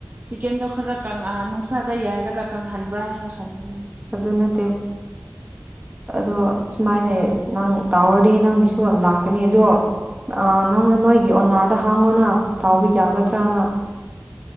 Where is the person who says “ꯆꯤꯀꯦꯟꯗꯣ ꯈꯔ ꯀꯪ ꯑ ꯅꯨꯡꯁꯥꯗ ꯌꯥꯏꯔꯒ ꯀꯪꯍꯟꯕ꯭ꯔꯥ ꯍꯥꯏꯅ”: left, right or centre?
Right